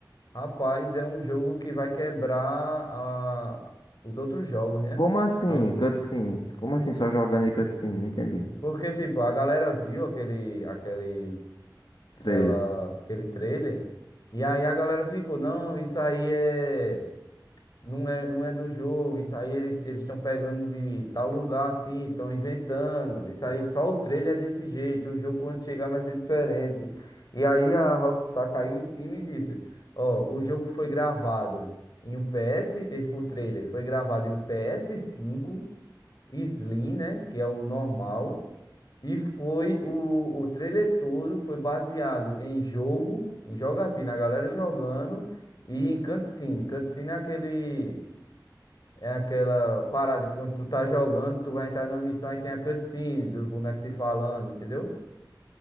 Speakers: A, on the left (about 55°); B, on the left (about 85°).
A: rapaz, é um jogo que vai quebrar a- os outros jogos, né?
B: Como assim,
A: É um-
B: cutscene? Como assim só jogando e cutscene? Não entendi.
A: Porque tipo, a galera viu aquele aquele
B: Trailer.
A: aquela aquele trailer e aí a galera ficou, não, isso aí é não é, não é do jogo, isso aí eles eles estão pegando de tal lugar assim, estão inventando. Isso aí só o trailer é desse jeito, o jogo quando chegar vai ser diferente. E aí a Rockstar caiu em cima e disse: "Ó, o jogo foi gravado em um PS, esse- o trailer foi gravado em um ps cinco Slim, né, que é o normal, e foi o, o trailer todo foi baseado em jogo, em jogatina, a galera jogando e em cutscene. Cutscene é aquele é aquela parada, quando tu tá jogando, tu vai entrar numa missão, aí tem a cutscene dos bonecos se falando, entendeu?